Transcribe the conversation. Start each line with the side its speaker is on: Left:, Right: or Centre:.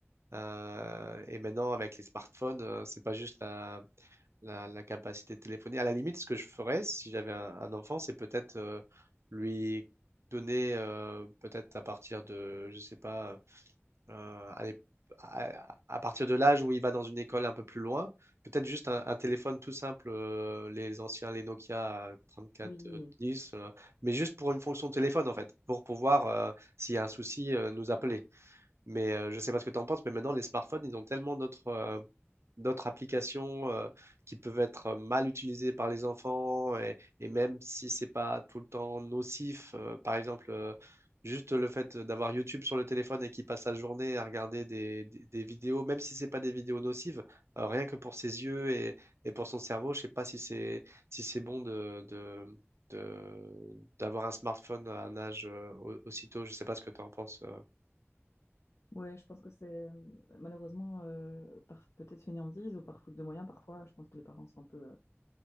Right: Euh, et maintenant, avec les smartphones, euh, c'est pas juste la, la, la capacité de téléphoner. À la limite, ce que je ferais si j'avais un, un enfant, c'est peut-être euh, lui donner, euh, peut-être à partir de, je sais pas, euh, à, l'ép- à- à partir de l'âge où il va dans une école un peu plus loin, peut-être juste un, un téléphone tout simple, euh, les anciens, les Nokia 3410,
Left: Oui,
Right: euh, mais juste pour une fonction téléphone en fait, pour pouvoir, euh, s'il y a un souci, euh, nous appeler. Mais euh, je ne sais pas ce que tu en penses, mais maintenant, les smartphones, ils ont tellement d'autres euh, d'autres applications euh, qui peuvent être mal utilisées par les enfants, et, et même si c'est pas tout le temps nocif, euh, par exemple, euh, juste le fait d'avoir YouTube sur le téléphone et qui passe sa journée à regarder des, des- des vidéos, même si c'est pas des vidéos nocives, euh, rien que pour ses yeux et, et pour son cerveau, je sais pas si c'est si c'est bon de, de, de- d'avoir un smartphone à un âge euh, au- aussitôt. Je sais pas ce que tu en penses. euh.
Left: ouais, je pense que c'est euh, malheureusement euh, par peut-être fainéantise ou par faute de moyens parfois. Je pense que les parents sont un peu, euh,